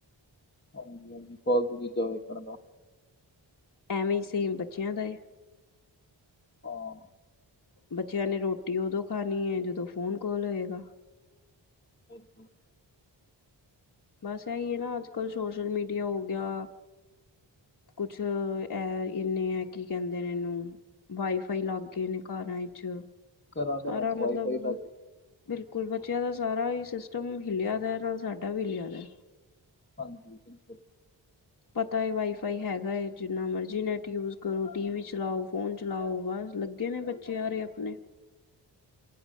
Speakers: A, on the left (about 25°); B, on the left (about 45°).
A: ਹਾਂਜੀ ਹਾਂਜੀ ਫਾਲਤੂ ਚੀਜ਼ਾਂ ਵੇਖਣ ਦਾ।
B: ਐਵੇਂ ਹੀ ਸੇਮ ਬੱਚਿਆਂ ਦਾ ਏ।
A: ਹਾਂ।
B: ਬੱਚਿਆਂ ਨੇ ਰੋਟੀ ਉਦੋਂ ਖਾਣੀ ਏ ਜਦੋਂ ਫੋਨ ਕੋਲ ਹੋਏਗਾ।
A: <unintelligible>
B: ਬਸ ਐਈ ਏ ਨਾ ਅੱਜ ਕੱਲ੍ਹ ਸੋਸ਼ਲ ਮੀਡੀਆ ਹੋ ਗਿਆ। ਕੁਛ ਐ ਇੰਨੇ ਐ ਕੀ ਕੈਂਦੇ ਨੇ ਇਨੂੰ ਵਾਈਫਾਈ ਲੱਗ ਗਏ ਨੇ ਘਰਾਂ ਚ
A: ਘਰਾਂ
B: ਸਾਰਾ
A: ਘਰਾਂ ਚ ਵਾਈਫਾਈ
B: ਮਤਲਬ
A: ਲੱਗ ਗਈ
B: ਬਿਲਕੁਲ ਬੱਚਿਆਂ ਦਾ ਸਾਰਾ ਈ ਸਿਸਟਮ ਹਿੱਲਿਆ ਦਾ ਨਾਲ ਸਾਡਾ ਵੀ ਹਿੱਲਿਆ ਦਾ।
A: ਹਾਂਜੀ, ਬਿਲਕੁਲ।
B: ਪਤਾ ਹੈ ਵਾਈਫਾਈ ਹੈਗਾ ਏ ਜਿੰਨਾ ਮਰਜ਼ੀ ਨੈੱਟ ਯੂਜ ਕਰੋ ਟੀ ਵੀ ਚਲਾਓ, ਫੋਨ ਚਲਾਓ ਬਸ ਲ ਗੇ ਨੇ ਬੱਚੇ ਆ ਰੲਏ ਅਪਣੇ।